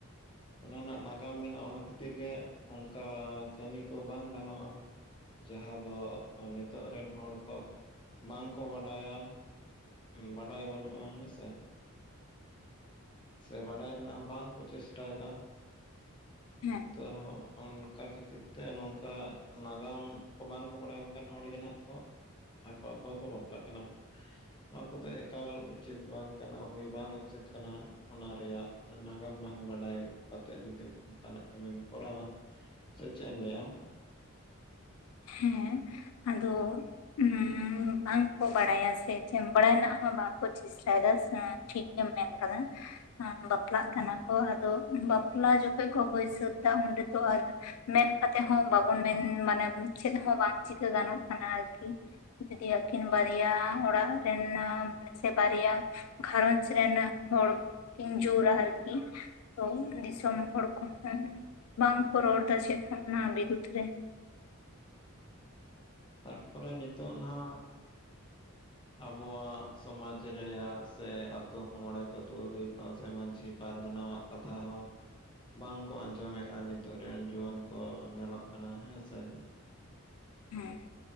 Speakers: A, on the left (about 20°); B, on the left (about 80°).
A: ᱚᱱᱟ ᱨᱮᱱᱟᱜ ᱱᱟᱜᱟᱢ ᱢᱮᱱᱟᱜᱼᱟ, ᱚᱱᱟ ᱠᱷᱟᱹᱛᱤᱨ ᱜᱮ ᱚᱱᱠᱟ ᱠᱟᱹᱢᱤ ᱠᱚ ᱵᱟᱝ ᱜᱟᱱᱚᱜ-ᱟ, ᱡᱟᱦᱟᱸ ᱫᱚ ᱱᱤᱛᱚᱜ ᱨᱮᱱ ᱦᱚᱲ ᱦᱚ ᱵᱟᱝᱠᱚ ᱵᱟᱰᱟᱭᱟ ᱦᱩ ᱵᱟᱰᱟᱭ ᱵᱟᱹᱱᱩᱜᱼᱟ ᱦᱮᱸᱥᱮ ᱥᱮ ᱵᱟᱰᱟᱭ ᱨᱮᱱᱟᱜ ᱦᱚᱸ ᱵᱟᱝᱠᱚ ᱪᱮᱥᱴᱟᱭᱮᱫᱟ
B: ᱦᱩ
A: ᱛᱚ ᱚᱱᱠᱟ ᱠᱷᱟᱹᱛᱤᱨ ᱛᱮ ᱱᱚᱝᱠᱟ ᱱᱟᱜᱟᱢ ᱠᱚ ᱵᱟᱝ ᱠᱚ ᱵᱟᱲᱟᱭᱟ ᱚᱱᱠᱟᱱ ᱦᱚᱲ ᱜᱮ ᱱᱟᱦᱟᱸᱜ ᱠᱚ ᱟᱠᱚ ᱟᱠᱚ ᱜᱮᱠᱚ ᱵᱟᱯᱞᱟᱜ ᱠᱟᱱᱟ ᱱᱚᱣᱟ ᱠᱚᱫᱚ ᱮᱠᱟᱞ ᱩᱪᱤᱛ ᱵᱟᱝ ᱠᱟᱱᱟ ᱦᱳᱭ ᱵᱟᱝ ᱩᱪᱤᱛ ᱠᱟᱱᱟ ᱚᱱᱟ ᱨᱮᱭᱟᱜ ᱱᱟᱜᱟᱢ ᱵᱟᱝ ᱵᱟᱰᱟᱭ ᱠᱟᱛᱮᱜ ᱡᱩᱫᱤᱢ ᱚᱱᱠᱟᱱᱟᱜ ᱠᱟᱹᱢᱤᱢ ᱠᱚᱨᱟᱣᱼᱟ ᱥᱮ ᱪᱮᱫ ᱮᱢ ᱞᱟᱹᱭᱟ ᱟᱢ
B: ᱦᱩᱸ ᱟᱫᱚ ᱩᱸ ᱵᱟᱝᱠᱚ ᱵᱟᱲᱟᱭᱟ ᱥᱮ ᱪᱮᱫ ᱵᱟᱲᱟᱭ ᱨᱮᱱᱟᱜ ᱦᱚᱸ ᱵᱟᱝᱠᱚ ᱪᱮ <unintelligible> ᱴᱷᱤᱠ ᱜᱮᱢ ᱢᱮᱱ ᱠᱟᱫᱟ ᱵᱟᱯᱞᱟᱜ ᱠᱟᱱᱟ ᱠᱚ ᱟᱫᱚ ᱵᱟᱯᱞᱟ ᱡᱚᱠᱷᱚᱱ ᱠᱚ ᱦᱩᱭᱥᱟᱹᱛ ᱮᱫᱟ ᱚᱸᱰᱮ ᱫᱚ ᱟᱨ ᱢᱮᱱ ᱠᱟᱛᱮᱫ ᱦᱚᱸ ᱵᱟᱵᱚᱱ ᱢᱮᱱ ᱢᱟᱱᱮ ᱪᱮᱫ ᱦᱚᱸ ᱵᱟᱝ ᱪᱤᱠᱟᱹ ᱜᱟᱱᱚᱜ ᱠᱟᱱᱟ ᱟᱨᱠᱤ ᱡᱩᱫᱤ ᱟᱹᱠᱤᱱ ᱵᱟᱨᱭᱟ ᱚᱲᱟᱜ ᱨᱮᱱ ᱥᱮ ᱵᱟᱨᱭᱟ ᱜᱷᱟᱨᱚᱧᱡᱽ ᱨᱮᱱ ᱦᱚᱲ ᱠᱤᱱ ᱡᱳᱟ ᱟᱨᱠᱤ ᱛᱚ ᱫᱤᱥᱚᱢ ᱦᱚᱲ ᱠᱚᱦᱚᱸ ᱵᱟᱝ ᱠᱚ ᱨᱚᱲ ᱮᱫᱟ ᱪᱮᱫ ᱦᱚᱸ ᱚᱱᱟ ᱵᱤᱨᱩᱫᱽ ᱨᱮ
A: ᱛᱟᱨᱯᱚᱨᱮ ᱱᱤᱛᱳᱜ ᱱᱟᱜ ᱟᱵᱚᱣᱟᱜ ᱥᱚᱢᱟᱡᱽ ᱨᱮᱭᱟᱜ ᱥᱮ ᱟᱛᱳ ᱢᱚᱬᱮ ᱠᱚ ᱛᱩᱞᱩᱭ ᱠᱚ ᱥᱮ ᱢᱟᱺᱡᱷᱤ ᱯᱟᱨᱜᱟᱱᱟ ᱭᱟᱜ ᱠᱟᱛᱷᱟ ᱦᱚᱸ ᱵᱟᱝᱠᱚ ᱟᱸᱡᱚᱢᱮᱫᱼᱟ ᱱᱤᱛᱚᱜ ᱨᱮᱱ ᱡᱩᱣᱟᱹᱱ ᱠᱚ ᱧᱮᱞᱚᱜ ᱠᱟᱱᱟ ᱦᱮᱸᱥᱮ
B: <inaudible>